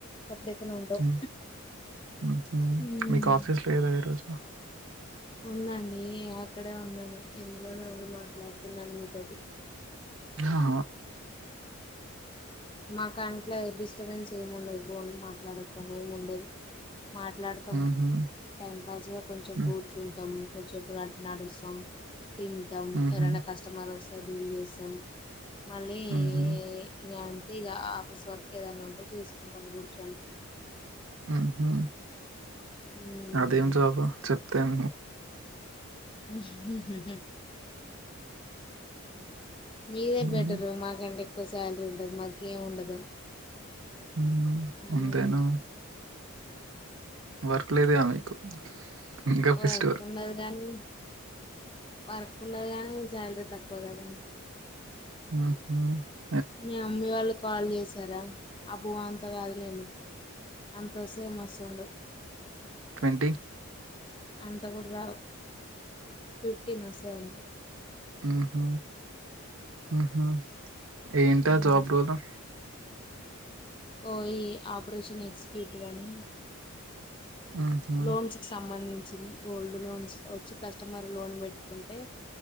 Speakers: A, on the left; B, on the right.
A: సప్పుడేక్కనె ఉంటవు
B: మ్మ్ మ్హూ
A: మ్
B: మీకు ఆఫీస్ లేదా ఈరోజు
A: ఉందండి అక్కడే ఉన్నాను ఎందులోనే మాట్లాడుతున్నాను మీతోటి
B: హా
A: మా కంట్లే బిస్ స్టబెన్స్ ఏముండదు బో మాట్లాడద్దని ఏముండదు మాట్లాడతం
B: మ్హూ
A: టైం పాస్ గ కొంచెం
B: మ్మ్
A: కూర్చుంటం కొచేప్పుడు అట్ నడుస్తం తింటం
B: మ్హూ
A: ఎవరైనా కస్టమర్ ఒస్తే డీల్ చేస్తం మళ్ళీ
B: మ్హూ
A: ఇగ ఇగ ఆఫీస్ వర్క్ ఏదన్నుంటే చూసుకుంటం కూర్చొని
B: మ్హ్
A: ఉమ్,
B: అదేం జాబు చెప్తెం
A: మ్హ్ మీదె బెటరు
B: మ్మ్
A: మాకంటె ఎక్కువ శాలరీ ఉంటది మాకేం ఉండదు
B: మ్మ్
A: అమ్
B: అంతేనా వర్క్ లేదుగా మీకు ఇంకా
A: వర్క్
B: ఫెస్ట్
A: ఉండదుగని వర్క్ ఉండదు గానీ శాలరీ తక్కువ గదా
B: మ్హ్
A: మీ మమ్మి వాళ్ళు కాల్ చేసారా అబో అంత గాదులేండి అంతొసే మస్సుండు
B: ట్వంటి
A: అంత గూడ రావు ఫిఫ్టీన్ ఒస్సయ్ అంతె
B: మ్హ్ మ్హ్ ఏంటా
A: ఉమ్.
B: జాబ్ రోలు
A: ఓ ఈ ఆపరేషన్ ఎక్జిక్యూటివ్ అని
B: మ్హూ
A: లోన్స్ కి సంబంధించింది గోల్డ్ లోన్స్ ఒచ్చి కస్టమర్ లోన్ వెట్టి కుంటె